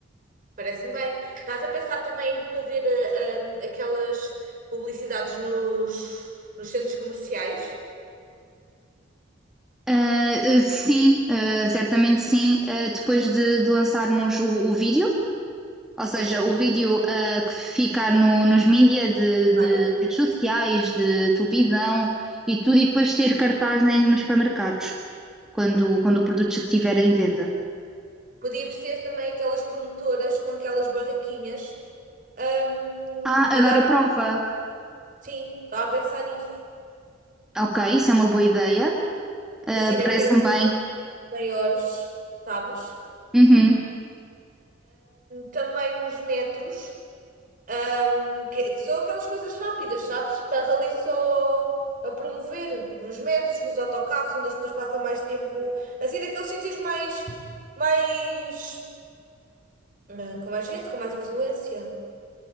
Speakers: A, on the right; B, in the centre.
A: Parece-me bem. Estás a pensar também em fazer ah, ah, aquelas publicidades nos, nos centros comerciais?
B: Ah, eh, sim, ah, certamente sim. Ah, depois de, de lançarmos o, o vídeo, Ou
A: Sim.
B: seja, o vídeo ah, que ficar no- nos mídias de, de
A: Várias.
B: redes sociais, de televisão e tudo, e depois ter cartaz em- nos supermercados, quando, quando o produto já estiver em venda.
A: Podíamos ter também aquelas promotoras com aquelas barraquinhas hum,
B: Ah, a
A: a dar.
B: dar a prova.
A: Sim, estava a pensar nisso.
B: Ok, isso é uma boa ideia. Ah,
A: Assim, naqueles
B: parece-me bem.
A: maiores, sabes?
B: Uhum,
A: Também nos metros. Ahm, que, que são aquelas coisas rápidas, sabes? Que estás ali só a promover nos metros, nos autocarros, onde as pessoas passam mais tempo, assim, naqueles sítios mais, mais, ah, com mais gente, com mais afluência.